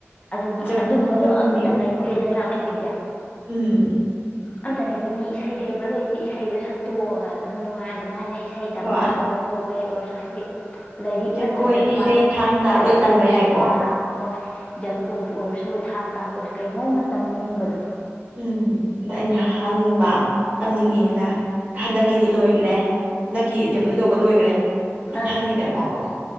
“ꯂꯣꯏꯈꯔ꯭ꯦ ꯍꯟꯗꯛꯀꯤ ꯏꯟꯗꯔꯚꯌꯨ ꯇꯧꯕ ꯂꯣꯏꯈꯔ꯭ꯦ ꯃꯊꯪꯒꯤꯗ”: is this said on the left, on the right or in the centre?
Right